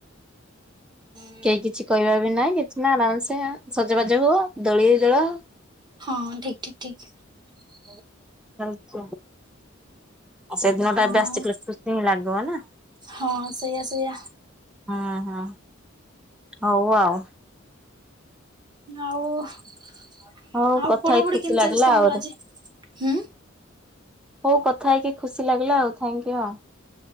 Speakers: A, on the right; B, in the centre.
A: ହୁଁ <inaudible>
B: କେହି କିଛି କହିବା ବି ନାହିଁ କିଛି ନା ଆରାମସେ ସଜବାଜ ହୁଅ ଦୋଳି ଦଳ।
A: ହଁ ଠିକ ଠିକ ଠିକ।
B: ହଁ। ଆ ସେଦିନଟା
A: ହଁ
B: ଏବେ ଆସିଛି ଖୁସି ହିଁ ଲାଗିବ ନା।
A: ହଁ ସେଇଆ ସେଇଆ
B: ହ ହ ହଉ ଆଉ।
A: ଆଉ ଆଉ
B: ହଉ କଥା
A: ପଢାପଢି
B: ହେଇକି ଖୁସି
A: କେମିତି
B: ଲାଗିଲା
A: ଚାଲିଛି ତମର
B: ଆହୁରି।
A: ଆଜି ହୁଁ।
B: ହଉ କଥା ହେଇକି ଖୁସି ଲାଗିଲା ଆଉ ଥାଙ୍କୟୁ ଆଉ।